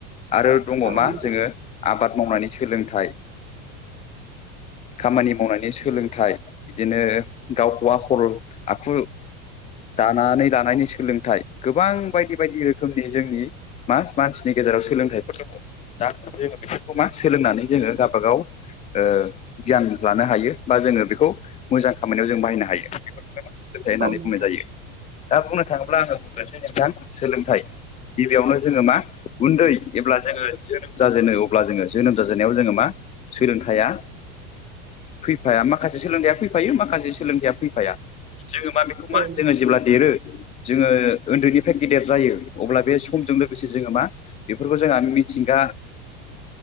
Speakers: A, on the left; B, on the right.
A: आरो दङ
B: औ
A: मा
B: नोंथां
A: जोंङो आबाद मावनायनि सोलोंथाइ। खामानि मावनानै सोलोंथाइ बिदिनो गावखौ आखल आखु। <inaudible> दानानै दानायनि सोलोंथाइ गोबां बायदि बायदि रोखोमनि जोंनि म मानसिनि गेजेराव। सोलोंथाइफोर दंङो। दा जोंङो बेफोरखौ मा सोलोंनानै जोंङो गावबाागाव गियान लानो हायो बा जों। जोंङो बेखौ मोजां खामानियाव जों बाहायनो हायो बेफोरखौनो माने सोलोंथाय होननानै
B: औ नोंथां
A: बुंनाय जायो। दा बुंनो थांङोब्ला आङो बुंगसै नोंथां सोलोंथाइ। गिबियावनो जोंङो मा उन्दै जब्ला जोङो जोनोम जाजेनो अब्ला जोंङो जोनोम जाजेननायाव जोंङो मा। सोलोंथाइया फैफाया माखासे सोलोंथाइया फैफायो माखासे सोलोंथाइया फैफाया। जोङो मा बेखौ मा
B: औ नोंथां
A: जोङो जेब्ला देरो। जोङो उन्दैनिफ्राय गेदेर जायो अब्ला बे समजों लोगोसे जोङो मा बेफोरखौ जोंहा मिथिंगा।